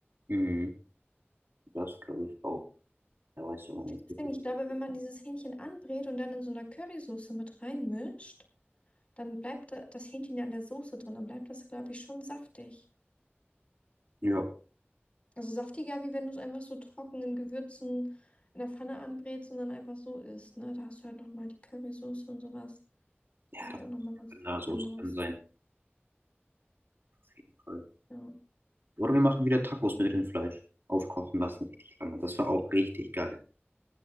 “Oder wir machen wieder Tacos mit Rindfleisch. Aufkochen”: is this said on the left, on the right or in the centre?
Right